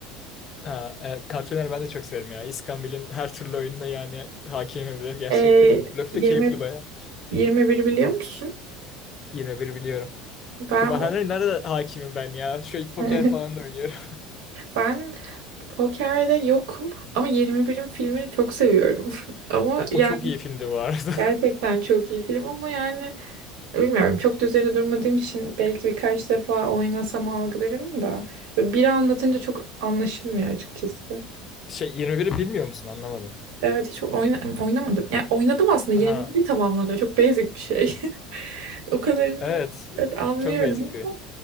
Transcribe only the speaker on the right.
Ee,
20
21 biliyor musun?
Ben
o-
<laughs>
ben pokerde yokum ama 21'in filmini çok seviyorum. <laughs> Ama
yani
gerçekten çok iyi film ama yani bilmiyorum çok da üzerine durmadığım için belki birkaç defa oynasam algılarım da Böyle biri anlatınca çok anlaşılmıyor açıkçası.
Evet hiç oyna oynamadım. Yani oynadım aslında
21'i tamamlanıyor. Çok basic bir şey. <laughs> O kadarını
evet, anlıyorum
ama